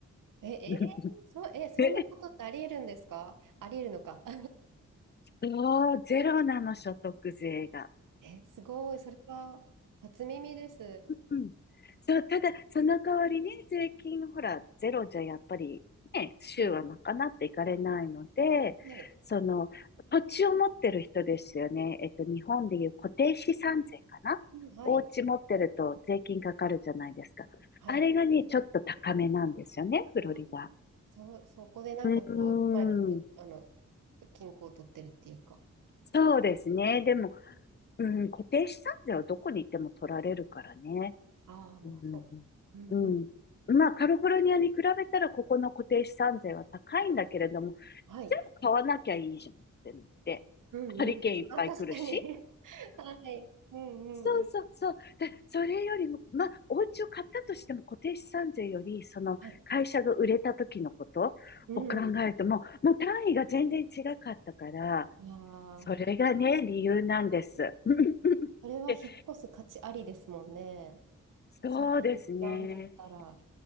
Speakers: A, on the right; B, on the left.
A: え、えーそう、
B: <laughs>
A: え、そんなことってありえるんですかありえるのか。
B: え
A: <laughs>
B: あゼロなの、所得税が。
A: え、すごい。それは、初耳です。
B: うんそう、ただ、その代わりね、税金、ほら、ゼロじゃやっぱりね、州は賄っていかれないので、
A: うん。はい。
B: その、土地を持ってる人ですよね。えっと、日本でいう固定資産税かなお家持ってると税金かかるじゃないですか。
A: うんはい。はい。
B: あれがね、ちょっと高めなんですよね、フロリダ。
A: あそ、そこでなんかこう、
B: うん。
A: うまいこと、あの、均衡を取ってるっていうか。
B: そうですね。
A: ね。
B: でも、うん、固定資産税はどこに行っても取られるからね。
A: ああ、まあ、
B: うん。
A: そうか。うんうん。
B: うんまあ、カリフォルニアに比べたら、ここの固定資産税は高いんだけれども、
A: はい。
B: じゃあ買わなきゃいいじゃんってなって、
A: うんうんうん。
B: ハリケーンいっぱい来るし、
A: あ、確かに。はい。うんうんうん。
B: そうそうそう。で、それよりも、まあ、お家を買ったとしても固定資産税より、その会社が売れた時のことを考えてももう単位が全然違かったから、
A: はい。うん。いやー、
B: それがね、理由なんです。<laughs>
A: それは引っ越す価値ありですもんね。
B: で、そうですね。
A: そんなに違うんだったら、